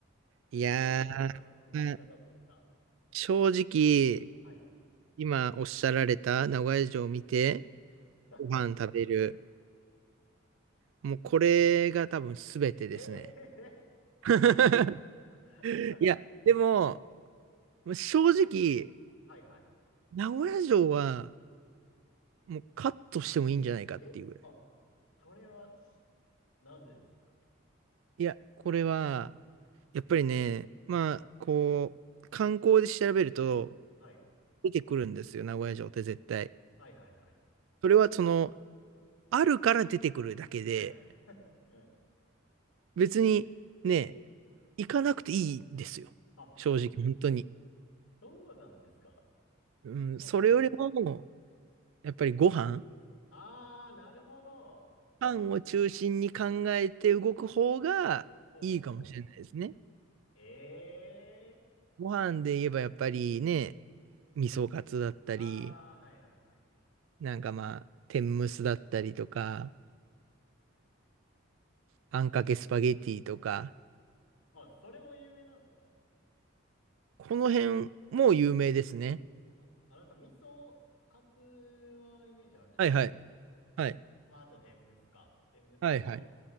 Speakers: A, on the left; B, on the right.
A: まあ、
B: いや
A: 理想的な動き方というか。
B: ー、まあ正直、
A: はい。
B: 今おっしゃられた名古屋城を見て、
A: はい。
B: ご飯食べる。もうこれが多分全てですね。
A: ええー <laughs>
B: <laughs>
A: 全然ないじゃないですか。<laughs>
B: いや、でも、正直、
A: はいはい。
B: 名古屋城はもうカットしてもいいんじゃないかっていうぐらい。
A: えあ、それはし、なぜですかね。
B: いや、これは、やっぱりね、まあ、こう、観光で調べると
A: はい。
B: 出てくるんですよ、名古屋城って絶対。
A: はいはいはい。
B: それはその、あるから出てくるだけで、
A: <laughs> うん。
B: 別にね、行かなくていいですよ。
A: あ、
B: 正直、本当に。
A: そうなんですか。
B: うん、
A: そうか。
B: それよりも、やっぱりご飯
A: あー、なるほど。
B: パンを中心に考えて動く方がいいかもしれないですね。
A: ほうほうほう。ええー
B: ご飯で言えばやっぱりね、味噌カツだったり、
A: あー、はいはいはい。
B: なんかまあ、天むすだったりとか、あんかけスパゲティとか、
A: あ、それも有名なんですか
B: この辺も有名ですね。
A: あん、あ、なんか味噌カツはイメージあるんですけど、
B: はいはい。はい。
A: まあ、あと天むすか。天むすも
B: はいはい。